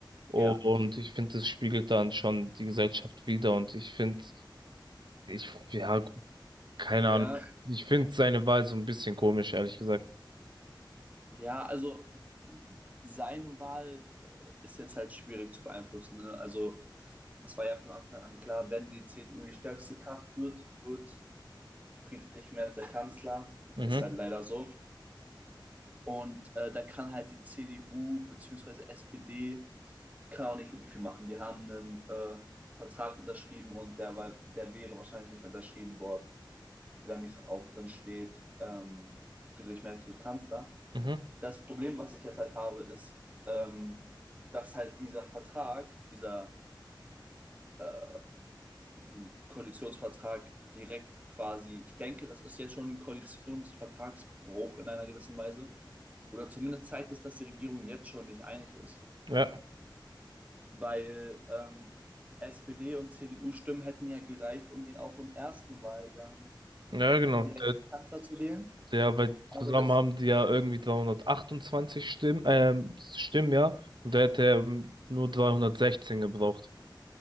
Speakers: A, on the right (about 65°); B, on the right (about 20°).
A: Und
B: ja,
A: ich finde, das spiegelt dann schon die Gesellschaft wider. Und ich finde, ich, ja, keine
B: ja,
A: Ahnung, ich finde seine Wahl so ein bisschen komisch, ehrlich gesagt.
B: ja. Also seine Wahl ist jetzt halt schwierig zu beeinflussen. Ne? Also es war ja von Anfang an klar, wenn die CDU die stärkste Kraft wird, wird Friedrich Merz der Kanzler.
A: Mhm.
B: Ist halt leider so. Und äh, da kann halt die CDU bzw. SPD kann auch nicht wirklich viel machen. Die haben einen äh, Vertrag unterschrieben und der, war, der wäre wahrscheinlich nicht unterschrieben worden, wenn da nicht auch drin steht, ähm, Friedrich Merz wird Kanzler.
A: Mhm.
B: Das Problem, was ich jetzt halt habe, ist, ähm, dass halt dieser Vertrag, dieser äh, einen Koalitionsvertrag direkt quasi, ich denke, das ist jetzt schon ein Koalitionsvertragsbruch in einer gewissen Weise. Oder zumindest zeigt es, dass die Regierung jetzt schon nicht einig ist.
A: Ja.
B: Weil ähm, SPD und CDU-Stimmen hätten ja gereicht, um ihn auch im ersten Wahlgang
A: Ja, genau.
B: direkt
A: Der,
B: Kanzler zu wählen.
A: der, weil
B: Aber
A: zusammen
B: das,
A: haben die ja irgendwie 328 Stimmen, ähm, Stimmen, ja. Und der hätte ähm, nur 316 gebraucht.